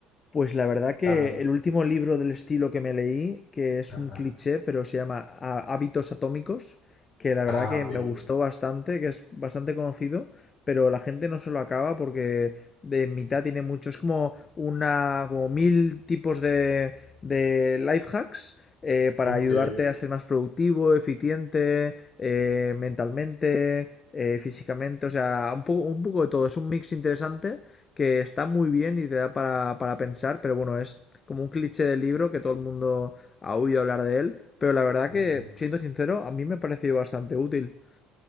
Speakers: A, on the left (about 30°); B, on the left (about 50°).
A: Pues la verdad que
B: Dame.
A: el último libro del estilo que me leí, que es
B: Ajá.
A: un cliché, pero se llama Há- Hábitos Atómicos, que la verdad
B: Ah,
A: que
B: ok.
A: me gustó bastante, que es bastante conocido, pero la gente no se lo acaba porque de mitad tiene mucho, es como una, como mil tipos de, de life hacks eh, para
B: Ok.
A: ayudarte a ser más productivo, eficiente, eh, mentalmente, eh, físicamente, o sea, un poco, un poco de todo, es un mix interesante que está muy bien y te da para, para pensar, pero bueno, es como un cliché del libro que todo el mundo ha oído hablar de él, pero la verdad
B: Ujú.
A: que, siendo sincero, a mí me ha parecido bastante útil.